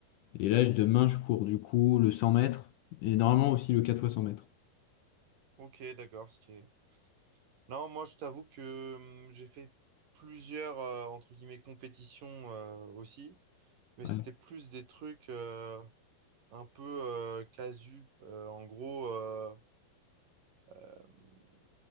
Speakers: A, on the left; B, on the right.
A: Et là, je- demain, je cours du coup le 100 mètres, et normalement aussi le 4 fois 100 mètres.
B: Ok, d'accord. ce qui est- Non, moi, je t'avoue que hum, j'ai fait plusieurs, euh, entre guillemets, compétitions euh, aussi, mais
A: Ouais,
B: c'était plus des trucs euh, un peu euh, casu. Euh, en gros. euh, hum,